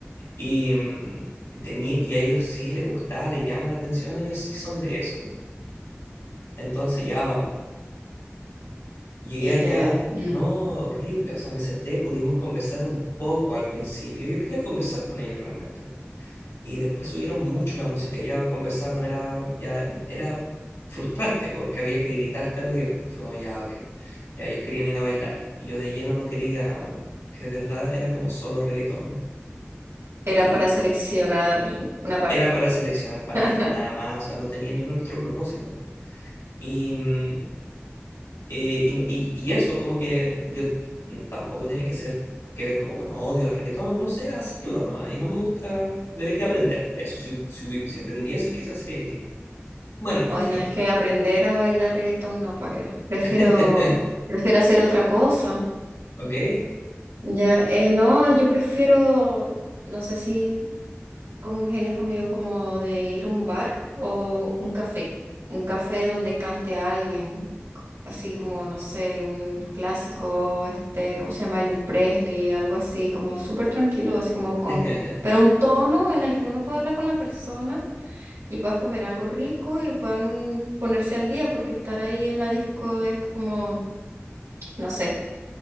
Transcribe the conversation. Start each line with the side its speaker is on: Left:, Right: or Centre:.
Left: Y, mm, tenía, y a ellos sí les gustaba, les llama la atención, ellos sí son de eso. Entonces ya vamos. Llegué
Right: Y
Left: allá,
Right: te Mm.
Left: no horrible, o sea, me senté, pudimos conversar un poco al principio. Yo quería conversar con ellos realmente y después subieron mucho la música y ya conversar no era, ya era frustrante porque había que gritarte al oído. Y fue como, ya, ok, ya ellos querían ir a bailar. Y yo de lleno no quería, que de verdad era como solo reggaetón
Right: era
Left: y
Right: para seleccionar una pareja.
Left: era para seleccionar pareja,
Right: <laughs>
Left: nada más, o sea, no tenía ni un otro propósito. Y, mm, eh, y, no- y- y eso como que yo mm, tampoco tiene que ser que ver como con odio al reggaetón, no sé hacerlo nomás y no me gusta, debería aprender eso, si, si, si aprendiese quizás sería distinto. Bueno,
Right: Ay,
Left: en fin.
Right: no, es que aprender a bailar reggaetón, no, ¿para qué? Prefiero,
Left: <laughs>
Right: prefiero hacer otra cosa.
Left: Ok.
Right: Ya, eh, no, yo prefiero, no sé si con genes conmigo como de ir a un bar o un café, un café donde cante a alguien, así como, no sé, un clásico, este, ¿cómo se llama? Elvis Presley, algo así, como súper tranquilo, así como con,
Left: <laughs>
Right: pero un tono en el que uno pueda hablar con la persona y puedas comer algo rico y puedan ponerse al día, porque estar ahí en la disco es como, no sé.